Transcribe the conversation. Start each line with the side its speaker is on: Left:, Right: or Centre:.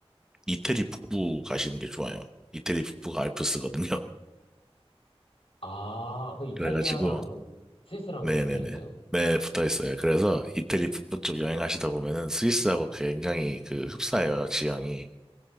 Centre: 이태리 북부 가시는 게 좋아요. 이태리 북부가 알프스거든요. <laughs>
Left: 아, 그 이탈리아랑
Centre: 그래가지고
Left: 스위스랑
Centre: 네네네.
Left: 붙어 있어요?
Centre: 네, 붙어 있어요. 그래서 이태리 북부 쪽 여행하시다 보면은 스위스하고 굉장히 그 흡사해요, 지형이.